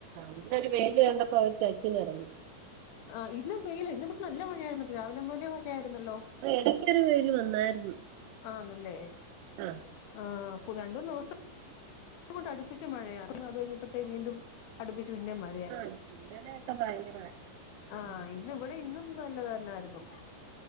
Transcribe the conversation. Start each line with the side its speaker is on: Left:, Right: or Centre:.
Right: പിന്നെ ഒരു വെയില് കണ്ടപ്പോ <unintelligible>
Left: ആഹ് ഇന്ന് വെയില് ഇന്ന് ഇവിടെ നല്ല മഴയായിരുന്നട്ടോ രാവിലെ മുതലേ മഴയായിരുന്നല്ലോ
Right: ഇടയ്ക്കൊരു വെയിൽ വന്നായിരുന്നു
Left: ആന്നല്ലേ
Right: ആഹ്
Left: ആഹ് രണ്ടൂന്ന് ദിവസം അങ്ങോട്ട് അടുപ്പിച്ച് മഴയാണ് അത് കഴിഞ്ഞപ്പോഴേക്ക് വീണ്ടും അടുപ്പിച്ച് പിന്നെ മഴ
Right: ആഹ് ഇന്നലെ ഒക്കെ ഭയങ്കരായിരുന്ന്
Left: ആഹ് ഇന്ന് ഇവിടെ ഇന്നും നല്ലത് തന്നെയായിരുന്നു